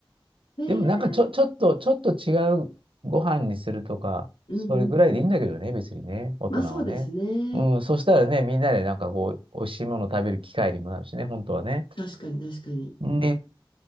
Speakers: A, on the left; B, on the right.
A: <laughs> えー、
B: でもなんかちょ、ちょっと、ちょっと違うご飯にするとか、
A: うんうんうん。
B: それぐらいでいいんだけどね、別にね、大人はね。
A: まあそうですね。
B: うん、そしたらね、みんなでなんかこう、美味しいもの食べる機会にもなるしね、本当はね。
A: 確かに確かに。
B: ね。